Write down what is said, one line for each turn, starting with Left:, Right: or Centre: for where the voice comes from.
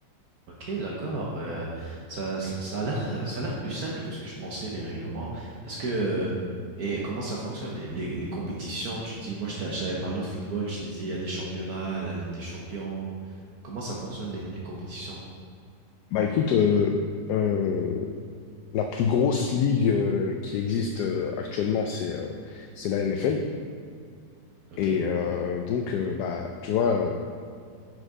Right: Ok, d'accord. Euh, ça, ça, ça a l'air, euh, ça a l'air plus simple que ce que je pensais, les règlements. Est-ce que, euh, et comment ça fonctionne, les, les, les compétitions? Tu dis, moi, je t'a- je t'avais parlé de football, je t'ai dit, il y a des championnats, la Ligue des champions. Comment ça fonctionne, les, les compétitions?
Left: Bah écoute, euh, euh, la plus grosse ligue euh, qui existe euh, actuellement, c'est euh, c'est la NFL.
Right: Ok,
Left: Et euh, donc, euh, bah tu vois.